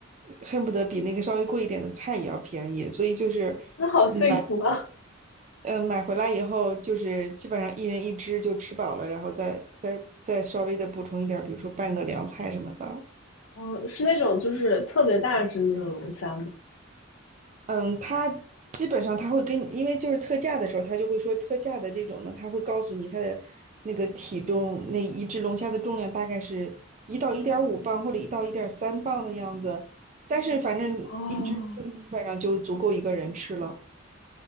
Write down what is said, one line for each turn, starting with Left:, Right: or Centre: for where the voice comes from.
Right: 恨不得比那个稍微贵一点的菜也要便宜，所以就是
Left: 那好幸福啊！
Right: 嗯买嗯、呃买回来以后，就是基本上一人一只就吃饱了，然后再再再稍微的补充一点儿，比如说拌个凉菜什么的。
Left: 嗯，是那种就是特别大只的那种龙虾吗？
Right: 嗯，他基本上他会跟你，因为就是特价的时候，他就会说特价的这种呢，他会告诉你他的那个体重，那一只龙虾的重量大概是一到一点五磅或者一到一点三磅的样子，但是反正一只就基本上就足够一个人吃了。
Left: 哦，